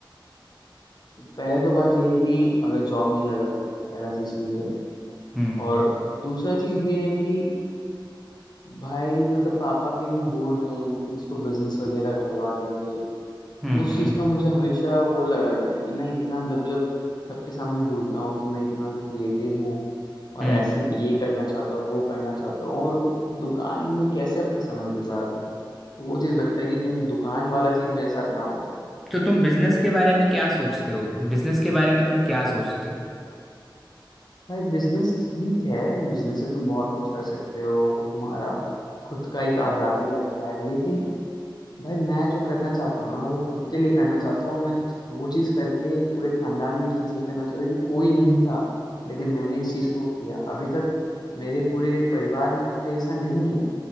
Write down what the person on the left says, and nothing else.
पहले तो बात यह है कि अगर जॉब नहीं लगा तो पहला चीज तो ये है
और दूसरा चीज ये है कि भाई मतलब पापा भी अभी बोल रहे हैं कि इसको बिजनेस वगैरह करवा देंगे तो
उस
चीज का मुझे हमेशा वो लगा रहता है कि मैं इतना जब जब सबके सामने बोलता हूँ कि मैं इतना क्रिएटिव हूँ और
ऐसे
ये करना चाहता हूँ वो करना चाहता हूँ और दुकान में कैसे अपना समय गुजार दूँ तो वो चीज लगता है कि कहीं दुकान वाला चीज मेरे साथ ना हो जाए
भाई बिजनेस ठीक है बिजनेस से तुम बहुत कुछ कर सकते हो तुम्हारा खुद का एक आजादी रहता है लेकिन भाई मैं जो करना चाहता हूँ ना वो खुद के लिए करना चाहता हूँ मैं वो चीज़ करके पूरे खानदान में एक चीज़ ये करना चाहता हूँ कि कोई नहीं था लेकिन मैंने इस चीज़ को किया अभी तक मेरे पूरे परिवार में कोई ऐसा नहीं है